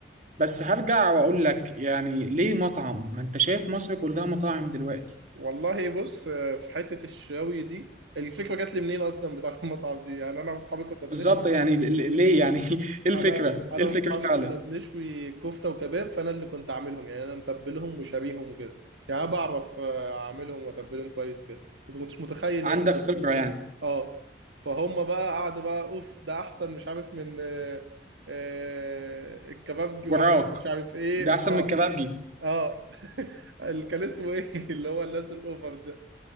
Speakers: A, on the right; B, on the right.
A: بس هرجع وأقول لك يعني ليه مطعم ما أنت شايف مصر كلها مطاعم دلوقتي
B: والله بص في حته الشاوي دي الفكره جات لي منين اصلا بتاعت <laughs> المطعم دي يعني انا واصحابي كنا بنشوي
A: بالظبط يعني ل- ل- ليه يعني <laughs> إيه الفكرة
B: انا انا
A: إيه الفكرة
B: واصحابي
A: فعلا
B: كنا بنشوي كفته وكباب فانا اللي كنت عاملهم يعني انا متبلهم وشاريهم وكده يعني أنا بعرف آه، اعملهم واتبلهم كويس كده بس ما كنتش متخيل
A: عندك
B: يعني
A: خبرة يعني
B: اه فهم بقى قعدوا بقى اوف ده احسن مش عارف من آه، آه، الكبابجي
A: وراك
B: واحسن مش عارف ايه
A: ده أحسن
B: اه
A: من الكبابجي
B: اه <laughs> اللي كان اسمه ايه <laughs> اللي هو الناس الاوفر ده